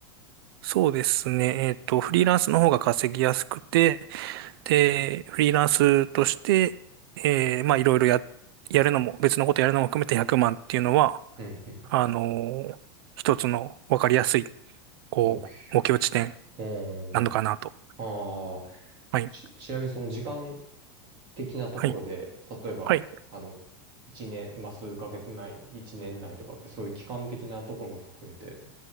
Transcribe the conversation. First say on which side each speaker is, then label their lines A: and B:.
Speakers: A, on the right (about 65°); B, on the right (about 35°).
A: そうですね、えっと、フリーランスの方が稼ぎやすくて、で、フリーランスとして、えーまあ、いろいろや、やるのも、別のことやるのも含めて100万っていうのは、
B: うんうん。
A: あのー一つの分かりやすい、こう、
B: 目標。
A: 目標地点
B: うーん。
A: なのかなと。
B: ああ、
A: はい。
B: ち、ちなみにその時間的なところで、
A: はい。
B: 例えば、
A: はい。
B: あの、一年、まあ、数ヶ月内、一年内とかって、そういう期間的なところを含めて、